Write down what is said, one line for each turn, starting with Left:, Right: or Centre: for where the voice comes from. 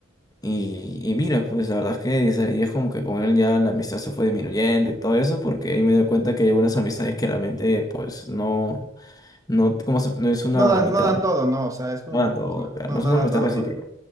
Left: Y, y mira, pues la verdad es que dice, y es como que con él ya la amistad se fue disminuyendo y todo eso, porque ahí me doy cuenta que hay unas amistades que realmente, pues, no, no, cómo se- no es una
Right: No dan,
Left: amistad,
Right: no dan todo, ¿no? O sea, es como,
Left: bueno, todo, claro,
Right: no,
Left: no
Right: no
Left: es una
Right: dan
Left: amistad
Right: todo
Left: recíproca.
Right: para,